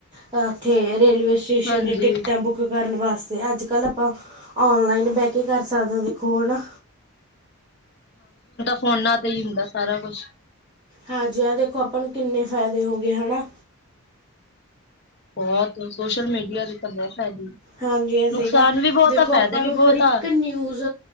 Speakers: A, on the right; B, on the left.
A: ਤਾਂ ਇੱਥੇ ਰੇਲਵੇ ਸਟੇਸ਼ਨ
B: ਹਾਂਜੀ।
A: ਦੀ ਟਿਕਟਾਂ ਬੁੱਕ ਕਰਨ ਵਾ ਅੱਜ ਕੱਲ ਆਪਾਂ ਔਨਲਾਈਨ ਬ ਕੀ ਕਰ ਸਕਦੇ ਹੋ ਦੇਖੋ ਨਾ।
B: ਫ਼ੋਨਾਂ ਤੇ ਹੀ ਹੁੰਦਾ ਸਾਰਾ ਕੁਛ।
A: ਹਾਂਜੀ ਆਹ ਦੇਖੋ ਆਪਾਂ ਨੂੰ ਕਿੰਨੇ ਫਾਇਦੇ ਹੋ ਗਏ ਹਨਾ।
B: ਬਹੁਤ ਸੋਸ਼ਲ ਮੀਡੀਆ ਦੇ ਤਾਂ ਬਹੁਤ ਫਾਇਦੇ ਆ।
A: ਹਾਂਜੀ ਸਹੀ
B: ਨੁਕਸਾਨ
A: ਕਿਹਾ
B: ਵੀ ਬਹੁਤ
A: ਦੇਖੋ
B: ਫਾਇਦੇ
A: ਆਪਾਂ
B: ਵੀ
A: ਨੂੰ
B: ਬਹੁਤ
A: ਹਰ ਇੱਕ
B: ਆ।
A: ਨਿਊਜ਼